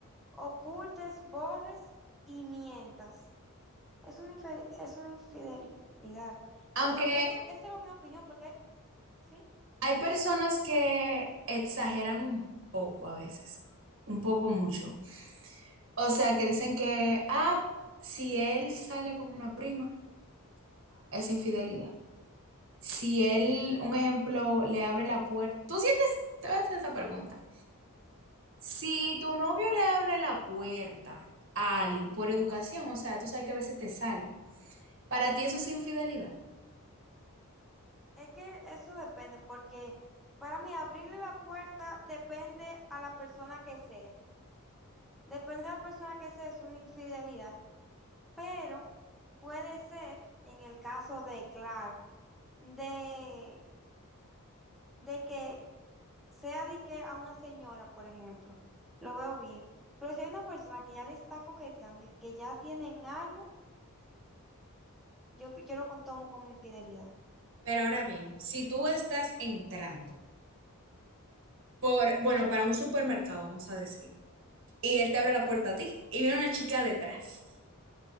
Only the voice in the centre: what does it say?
ocultes, borres y mientas. Es una, infe- es una infidelidad.
Pero ese- esa es mi opinión, porque hay, ¿sí?
Es que eso depende, porque para mí abrirle la puerta depende a la persona que sea. Depende de la persona que sea, es una infidelidad. Pero puede ser, en el caso de, claro, de, de que sea de que a una señora, por ejemplo, lo veo bien. Pero si hay una persona que ya le está coqueteando y que ya tienen algo, yo, yo lo con- tomo como infidelidad.